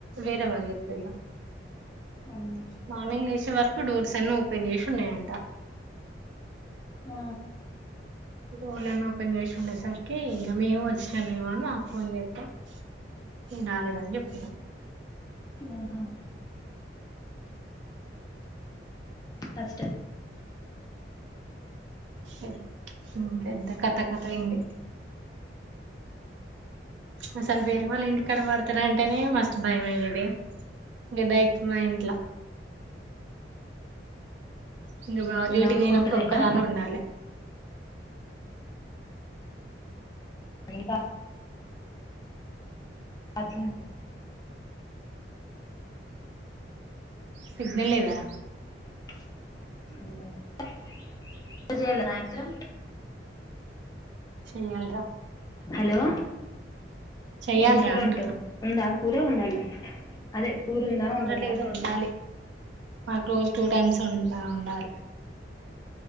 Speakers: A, on the right (about 75°); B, on the left (about 20°).
A: వేరే వాళ్ళు జెప్పిల్ల
B: అమ్మో!
A: మార్నింగ్ లేచేవార్ డోర్స్ అన్న ఓపెన్ చేసి ఉన్నాయంట
B: ఆ
A: డోర్లను ఓపెన్ చేసి ఉండేసరికి ఇంక మేము వచ్చినామేమోని నాకు ఫోన్ చెప్తే నేను రాలేదా అని చెప్పిన
B: ఆహ కష్టం
A: స మ్మ్ ఎంత కథ కథ అయింది అసలు వేరే వాళ్ళ ఇంటి కాడ పడతార అంటేనే మస్తు భయం అయ్యేది ఇంక డైట్లు మా ఇంట్లో ఇంక బావ డ్యూటీకి
B: ఇలా
A: పోయినప్పుడు
B: వంట చేయనా
A: ఒక్కదాన్ని ఉండాలి
B: మీ బా అట్లన
A: సిగ్నల్ లేదా
B: <unintelligible> ఆ ఇంట్లో
A: చేయాలి రా
B: హలో
A: చెయ్యాలరా
B: ఏం కూర
A: అంటున్నా
B: వంటావ్ ఉందా కూ ఏం వండాల అదే కూరుందా,
A: కూరలు
B: వండాల
A: ఏదో
B: అంటున్నా
A: ఉండాలి మాకు రోజ్ టూ టైమ్స్ వండుతా ఉండాలి